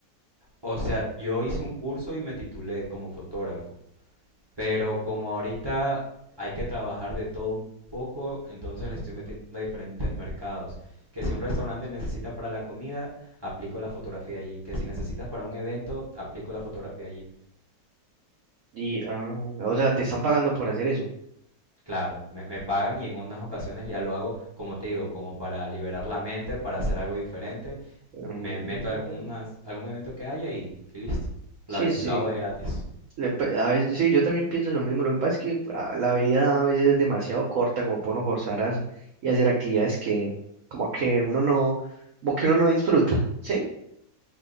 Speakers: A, on the right (about 40°); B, on the right (about 70°).
A: O sea, yo hice un curso y me titulé como fotógrafo. Pero como ahorita hay que trabajar de todo un poco, entonces le estoy metiendo a diferentes mercados. Que si un restaurante necesita para la comida, aplico la fotografía allí. Que si necesitas para un evento, aplico la fotografía allí.
B: Y, ah, o sea, te están pagando por hacer eso.
A: Claro, me, me pagan y en unas ocasiones ya lo hago, como te digo, como para liberar la mente, para hacer algo diferente.
B: Mm,
A: Me meto a algunas, algún evento que haya y, y listo.
B: sí,
A: Lo, lo
B: sí.
A: hago de gratis.
B: Le pa- A veces, sí, yo también pienso lo mismo. Lo que pasa es que ah, la vida a veces es demasiado corta como para uno forzar a, hacer- y hacer actividades que como que uno no, como que uno no disfruta, ¿sí?